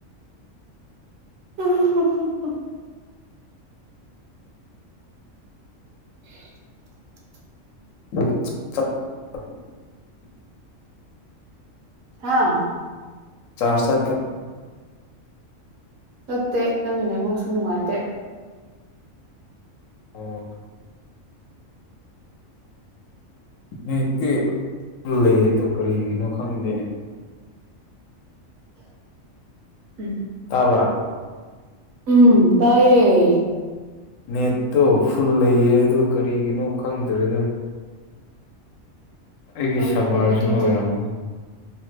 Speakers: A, on the right; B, on the left.
A: ꯎꯝ ꯎ
B: <unintelligible>
A: ꯑꯥ
B: ꯆꯔ ꯆꯠ
A: ꯆꯠꯇꯦ ꯅꯪꯒꯤ ꯅꯃꯃꯛꯁꯨ ꯅꯨꯡꯉꯥꯏꯇꯦ
B: ꯑꯣ ꯅꯠꯇꯦ ꯂꯩꯗꯣ ꯀꯔꯤꯒꯤꯅꯣ ꯈꯪꯗꯦꯅꯦ
A: ꯎꯝ
B: ꯇꯥꯕ꯭ꯔꯥ
A: ꯎꯝ ꯇꯌꯦ
B: ꯅꯦꯠꯇꯣ ꯐꯨꯜ ꯂꯩꯌꯦ ꯑ ꯀꯔꯤꯒꯤꯅꯣ ꯈꯪꯗ꯭ꯔꯦꯗ ꯑꯩꯒꯤ
A: ꯈꯪꯗ꯭ꯔꯦ
B: ꯁꯄꯔꯁꯤꯅ
A: ꯑꯗꯨꯗꯤ
B: ꯑꯣꯏꯔꯝꯃꯣ